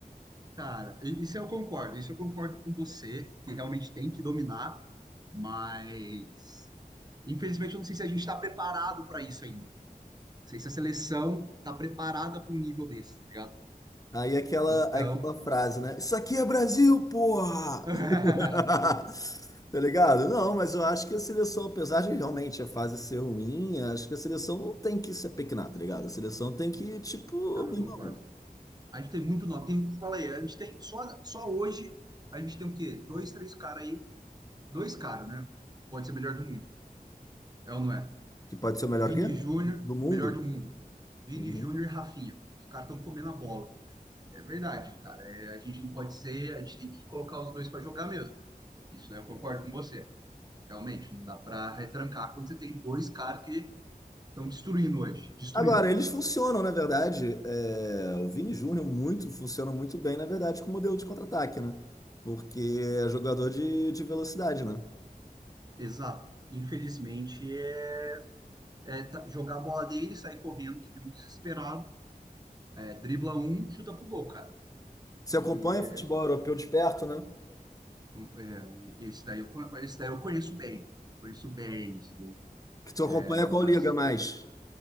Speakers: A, on the right; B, on the left.
A: cara, isso eu concordo. Isso eu concordo com você, que realmente tem que dominar, mas infelizmente eu não sei se a gente está preparado para isso ainda. Não sei se a seleção está preparada para um nível desse, tá ligado?
B: Aí aquela,
A: Então,
B: aquela frase, né? Isso aqui é Brasil, porra!
A: <laughs> cara,
B: <laughs> Tá ligado? Não, mas eu acho que a seleção, apesar de realmente a fase ser ruim, acho que a seleção não tem que se apequenar, tá ligado? A seleção tem que, tipo, meu
A: concordo.
B: irmão,
A: A gente tem muito nome. Tem, falei, a gente tem só, só hoje a gente tem o quê? Dois, três caras aí Dois caras, né? Pode ser melhor do mundo. É ou não é?
B: Que pode ser o melhor
A: Vini
B: quê?
A: Júnior,
B: Do do mundo.
A: melhor do mundo. Vini
B: Uhum.
A: Júnior e Rafinha. Os caras estão comendo a bola. É verdade, cara. É, a gente não pode ser, a gente tem que colocar os dois para jogar mesmo. Isso daí eu concordo com você. Realmente, não dá para retrancar quando você tem dois caras que estão destruindo hoje. Destruindo.
B: Agora, eles funcionam, na verdade. é, o Vini Júnior muito, funciona muito bem, na verdade, com o modelo de contra-ataque, né? Porque é jogador de, de velocidade, né?
A: Exato. Infelizmente, é, é tá- jogar a bola dele, sair correndo, que nem um desesperado. É, dribla um, chuta pro gol, cara.
B: Você acompanha
A: E
B: o futebol europeu de perto, né?
A: Como- é, o- esse daí eu, con- esse daí eu conheço bem, cara. Conheço bem, esse daí,
B: Que tu acompanha
A: né?
B: qual
A: mas
B: liga mais?